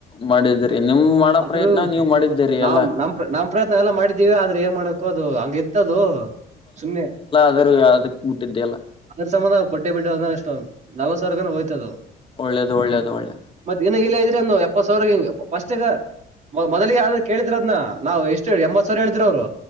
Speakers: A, on the left; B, on the right.
A: ಮಾಡಿದ್ರಿ ನಿಮ್ ಮಾಡೋ
B: ಆದ್ರೂ
A: ಪ್ರಯತ್ನ ನೀವ್ ಮಾಡಿದ್ದೀರಿ
B: ನಾವ
A: ಎಲ್ಲಾ
B: ನಮ್ಮ್ ಪ್ರಯತ್ನ ಎಲ್ಲ ಮಾಡಿದ್ದೀವಿ ಆದ್ರೆ ಏನ್ ಮಾಡ್ತಿ ಕೋ ಅದು ಹಂಗ ಎತ್ತದು ಸುಮ್ನೆ
A: ಆದೂ ಯಾವದಕ್ ಬ ಬಿಟ್ಟಿದೆಯಲ್ಲ
B: ಅದ್ರ ಸಂಬಂಧ ನಾವು ಕೊಟ್ಟೆ ಬಿಟ್ಟ ಅದ ಎಷ್ಟೊ ನಲವತ್ತ್ ಸಾವಿರಕ್ಕೆ ಹೋಯ್ತ ಅದು.
A: ಒಳ್ಳೇದು ಒಳ್ಳೇದು ಒಳ್ಳೇದು
B: ಮತ್ತ ಏನ ಇಲ್ಲ ಇದ್ರೆ ಎಪ್ಪತ್ ಸಾವಿರ ಫಸ್ಟ್ಗ ಮ ಮೊದಲ ಯಾವ ಕೇಳಿದ್ರದ್ನ ನಾವು ಎಷ್ಟು ಎಂಬತ್ ಸಾವಿರ ಹೇಳಿದ್ರರು ಅವ್ರು